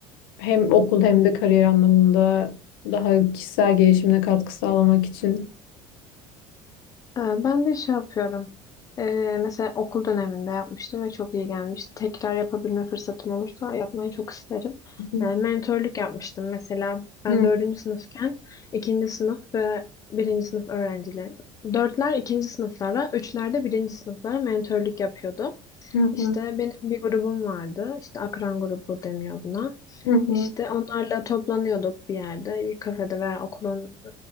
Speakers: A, on the left; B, on the left.
A: Hem okul hem de kariyer anlamında daha kişisel gelişimine katkı sağlamak için.
B: Ee, Ben de şey yapıyorum. Ee, mesela okul döneminde yapmıştım ve çok iyi gelmişti. Tekrar yapabilme fırsatım olursa yapmayı çok isterim.
A: Hı
B: Ee, mentörlük yapmıştım. Mesela ben
A: hı
B: dördüncü sınıfken ikinci sınıf ve birinci sınıf öğrencileri. Dörtler ikinci sınıflara, üçler de birinci sınıflara mentörlük yapıyordu.
A: hı
B: İşte
A: hı.
B: benim bir grubum vardı. İşte akran grubu deniyor buna.
A: hı hı.
B: İşte onlarla toplanıyorduk bir yerde, bir kafede veya okulun